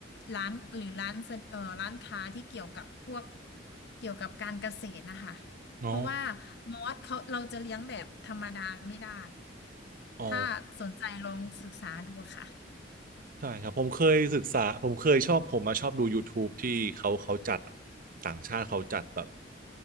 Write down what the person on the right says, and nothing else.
อ๋อ
อ๋อ
ใช่ครับผมเคยศึกษาผมเคยชอบผมมาชอบดู YouTube ที่เขาเขาจัดอะต่างชาติเขาจัดแบบ